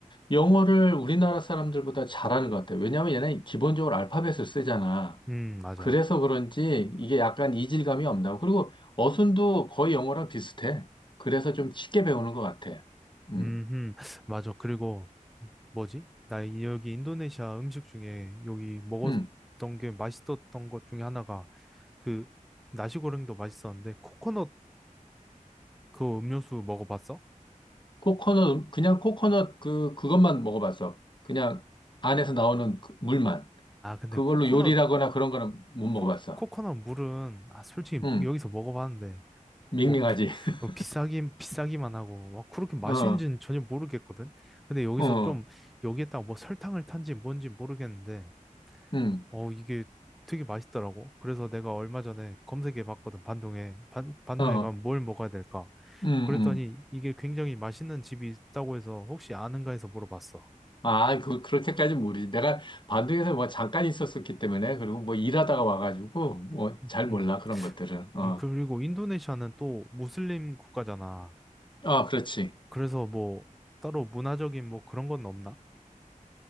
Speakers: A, on the left; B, in the centre.
A: 영어를 우리나라 사람들보다 잘하는 것 같아요. 왜냐하면 얘는 기본적으로 알파벳을 쓰잖아.
B: 음, 맞아.
A: 그래서 그런지 이게 약간 이질감이 없나. 그리고 어순도 거의 영어랑 비슷해. 그래서 좀 쉽게 배우는 것 같아. 음,
B: 음, 맞아. 그리고 뭐지? 나 이- 여기 인도네시아 음식 중에 여기 먹었던
A: 음.
B: 게 맛있었던 것 중에 하나가 그 나시고랭도 맛있었는데 코코넛 그 음료수 먹어봤어?
A: 코코넛, 음- 그냥 코코넛 그, 그것만 먹어봤어. 그냥 안에서 나오는 그 물만.
B: 아, 근데
A: 그걸로
B: 코코넛
A: 요리라거나 그런 거는 못 먹어봤어.
B: 코, 코코넛 물은 아, 솔직히
A: 응,
B: 여기서 먹어봤는데
A: 밍밍하지.
B: 뭐 비-
A: <laughs>
B: 어, 비싸긴 비싸기만 하고 와, 그렇게 맛있는지는
A: 어,
B: 전혀 모르겠거든. 근데 여기서
A: 어,
B: 좀 여기에다가 뭐 설탕을 탄지 뭔지 모르겠는데
A: 응,
B: 어, 이게 되게 맛있더라고. 그래서 내가 얼마 전에 검색해 봤거든, 반동에. 반, 반동에
A: 어,
B: 가면 뭘 먹어야 될까?
A: 응,
B: 그랬더니
A: 응.
B: 이게 굉장히 맛있는 집이 있다고 해서 혹시 아는가 해서 물어봤어.
A: 아, 그, 그렇게까지 모르지. 내가 반둥에서 뭐 잠깐 있었었기 때문에, 그리고 뭐 일하다가 와가지고, 뭐
B: 음,
A: 잘
B: 음.
A: 몰라, 그런 것들은. 어,
B: 음, 그리고 인도네시아는 또 무슬림 국가잖아.
A: 아, 그렇지.
B: 그래서 뭐 따로 문화적인 뭐 그런 건 없나?